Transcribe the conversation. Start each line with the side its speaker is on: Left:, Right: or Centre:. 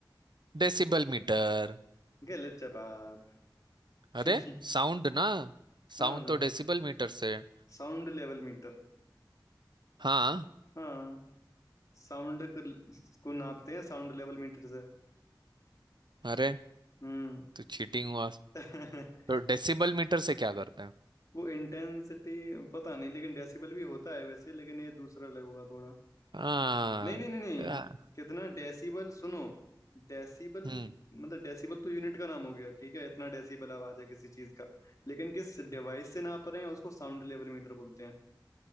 Right: Decibel meter
Left: गलत जवाब <laughs>
Right: अरे साउंड ना साउंड
Left: हाँ
Right: तो डेसिबल मीटर से है।
Left: साउंड लेवल मीटर
Right: हाँ
Left: हाँ साउंड को, को नापते हैं साउंड लेवल मीटर से
Right: अरे
Left: हम्म
Right: तो चीटिंग हुआ
Left: <laughs>
Right: तो डेसिबल मीटर से क्या करते हैं
Left: वो इंटेंसिटी पता नहीं लेकिन डेसिबल भी होता है वैसे लेकिन ये दूसरा लगेगा थोड़ा
Right: हाँ
Left: नहीं नहीं नहीं नहीं
Right: या-
Left: कितना डेसिबल सुनो डेसिबल
Right: हम्म
Left: मतलब डेसिबल तो यूनिट का नाम हो गया ठीक है इतना डेसिबल आवाज है किसी चीज का लेकिन किस डिवाइस से नाप रहे हैं उसको साउंड लेवल मीटर बोलते हैं